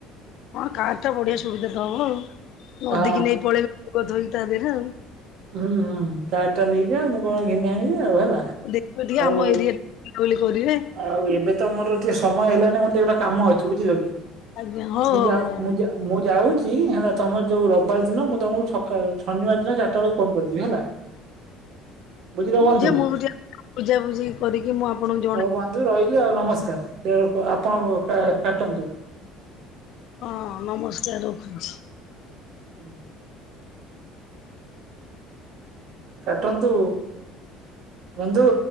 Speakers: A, on the left; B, on the right.
A: ହଁ କାର ଟା ବଢ଼ିଆ ସୁବିଧା ତ ହବ ଆଉ ନଧୀକି
B: ହଁ।
A: ନେଇ ପଳେଇବେ ଗଧ ହେଇକି ତା ଦେହରେ ଆଉ।
B: ହୁଁ କାର ଟା ନେଇଜା ମୁଁ କଣ ଘିନି ଆଣିବି ଆଉ ହେଲା।
A: ଦେଖ ଟିକେ
B: ଆଉ
A: ଆମ ଏରିଆରେ କହିଲେ କରିବେ।
B: ଆଉ ଏବେ ତ ମୋର ଟିଏ ସମୟ ହେଲାନି ମୋର ଟିକେ ଗୋଟା କାମ ଅଛି ବୁଝିଲ କି?
A: ଆଜ୍ଞା ହଉ
B: ମୁଁ
A: ହଉ
B: ଯା
A: ହଉ।
B: ମୁଁ ଯା ମୁଁ ଯାଉଚି ହେଲା ତମର ଯୋଉ ରବିବାର ଦିନ ମୁଁ ତମକୁ ଛକାଳୁ ଛନିବାର ଦିନ ଚାରିଟା ବେଳକୁ ଫୋନ୍ କରିଦେବି ହେଲା। ବୁଝିଲ
A: ବୁଝେ
B: ବନ୍ଧୁ।
A: ମୁଁ ବୁଝେ ପୂଜା ପୂଜି କରିକି ମୁଁ ଆପଣଙ୍କ
B: ହଉ ବନ୍ଧୁ ରହିଲି ଆଉ ନମସ୍କାର, ଦେଳକୁ ଆପଣ କା କାଟନ୍ତୁ।
A: ହଁ ନମସ୍କାର ରଖୁଛି।
B: ହୁଁ। କାଟନ୍ତୁ ବନ୍ଧୁ।